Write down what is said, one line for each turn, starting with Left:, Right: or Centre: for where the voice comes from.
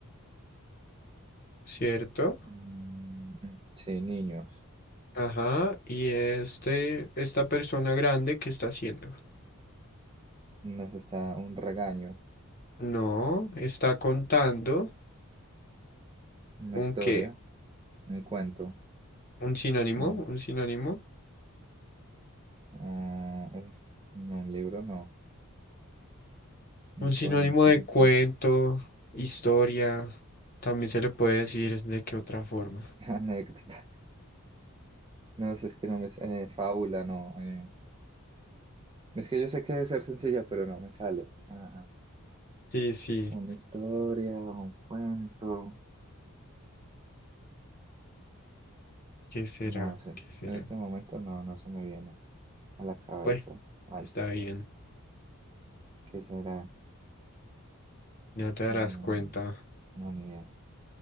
Left: ¿cierto?
Right: Mm, mm. sí, niños.
Left: Ajá. Y este, esta persona grande, ¿qué está haciendo?
Right: Nos está un regaño,
Left: No, está contando
Right: una
Left: un
Right: historia,
Left: qué.
Right: un cuento.
Left: Un sinónimo,
Right: No.
Left: un sinónimo.
Right: Ah, uy, no, un libro, no. Una
Left: Un
Right: historia,
Left: sinónimo
Right: un cuento.
Left: de cuento, historia. También se le puede decir de qué otra forma.
Right: <laughs> Anécdota. No sé, es que no me... sé, eh, fábula, no. eh. Es que yo sé que debe ser sencilla, pero no me sale. Ah,
Left: Sí, sí.
Right: una historia, un cuento.
Left: ¿Qué será?
Right: No sé,
Left: ¿Qué será?
Right: en este momento no, no se me viene a la cabeza
Left: Bueno,
Right: algo.
Left: está bien.
Right: ¿Qué será?
Left: Ya te darás
Right: Eh,
Left: cuenta.
Right: no, ni idea.